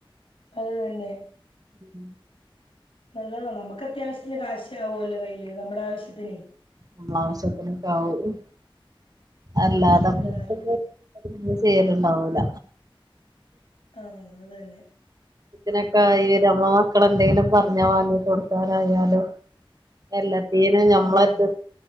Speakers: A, on the left; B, on the right.
A: അത് വല്ലേ
B: ഉഹ
A: നല്ലതാ നമുക്കത്യാവശ്യത്തിന് കാശു ആവുമല്ലോ കയ്യില് നമ്മുടാവശ്യത്തിന്
B: നമ്മളാവിശ്യത്തിനൊക്കാവും അല്ലാതെ
A: ചോദിക്കണ്ടല്ലോ
B: പ്പ
A: ആരോടും
B: അതിന്നി ചെയ്യല്ണ്ടാവൂല
A: ആഹ് അത് തന്നെ
B: ത്തിനൊക്കെ ഈവര അമ്മ മക്കളെ എന്തെങ്കലും പറഞ്ഞ വാങ്ങി കൊടുക്കാനായാലും എല്ലത്തീനും ഞമ്മളെട്ത്ത്
A: ഉം